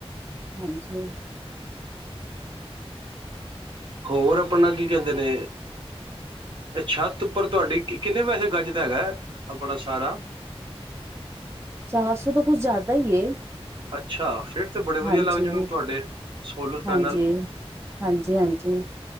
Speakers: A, on the right; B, on the right.
A: ਹਾਂਜੀ।
B: ਹੋਰ ਆਪਣਾ ਕੀ ਕਹਿੰਦੇ ਨੇ ਛੱਤ ਉੱਪਰ ਤੁਹਾਡੀ, ਕਿੰਨੇ ਵੈਸੇ ਗੱਜ ਦਾ ਹੈਗਾ ਆਪਣਾ ਸਾਰਾ?
A: ਚਾਰ ਸੌ ਤਾਂ ਕੁੱਛ ਜ਼ਿਆਦਾ ਹੀ ਏ।
B: ਅੱਛਾ ਫੇਿਰ ਤੇ ਬੜੇ ਵਧੀਆ
A: ਹਾਂਜੀ
B: ਲੱਗ ਜਾਨ ਉਹ ਨੂੰ ਤੁਹਾਡੇ, ਸੋਲਰ ਪੈਨਲ
A: ਹਾਂਜੀ ਹਾਂਜੀ ਹਾਂਜੀ।